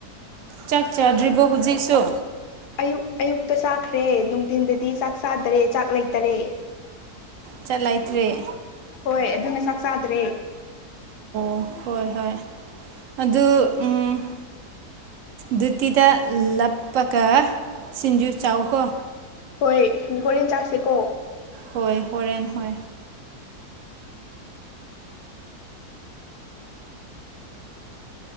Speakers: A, on the right; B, on the left.
A: ꯆꯥꯛ ꯆꯥꯗ꯭ꯔꯤꯕꯣ ꯍꯨꯖꯤꯛꯁꯨ
B: ꯑꯌꯨꯛ ꯑꯌꯨꯛꯇ ꯆꯥꯈ꯭ꯔꯦ ꯅꯨꯡꯗꯤꯟꯗꯗꯤ ꯆꯥꯛ ꯆꯥꯗꯔꯦ ꯆꯥꯛ ꯂꯩꯇꯔꯦ
A: ꯆꯠ ꯂꯥꯏꯇ꯭ꯔꯦ
B: ꯍꯣꯏ ꯑꯗꯨꯅ ꯆꯥꯛ ꯆꯥꯗ꯭ꯔꯦ
A: ꯑꯣ ꯍꯣꯏ ꯍꯣꯏ ꯑꯗꯨ ꯎꯝ ꯗꯨꯇꯤꯗ ꯂꯞꯄꯒ ꯁꯤꯟꯖꯨ ꯆꯥꯎ ꯀꯣ
B: ꯍꯣꯏ ꯍꯣꯔꯦꯟ ꯆꯥꯁꯦꯀꯣ
A: ꯍꯣꯏ ꯍꯣꯔꯦꯟ ꯍꯣꯏ